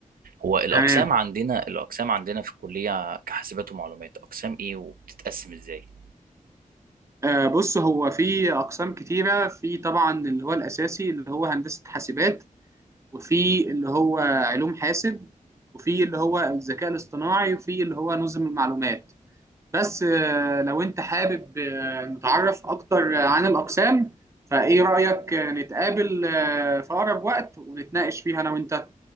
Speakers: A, on the right (about 85°); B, on the right (about 20°).
A: هو الاقسام
B: تمام
A: عندنا الاقسام عندنا في الكليه كحاسبات ومعلومات اقسام ايه وبتتقسم ازاي
B: آه بص هو في اقسام كتيره في طبعا اللي هو الاساسي اللي هو هندسه حاسبات وفي اللي هو علوم حاسب وفي اللي هو الذكاء الاصطناعي وفي اللي هو نظم المعلومات بس آه، لو انت حابب آه، نتعرف اكتر آه، عن الاقسام فايه رايك آه، نتقابل آه، في اقرب وقت ونتناقش فيها انا وانت